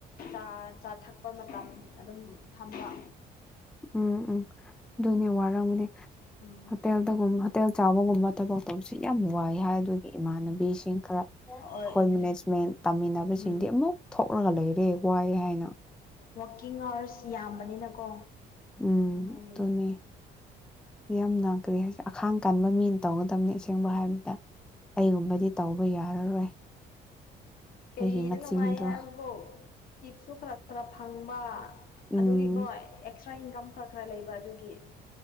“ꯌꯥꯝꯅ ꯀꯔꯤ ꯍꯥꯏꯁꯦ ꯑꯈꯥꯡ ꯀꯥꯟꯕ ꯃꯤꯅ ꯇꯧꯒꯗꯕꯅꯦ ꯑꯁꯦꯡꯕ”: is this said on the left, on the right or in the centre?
Centre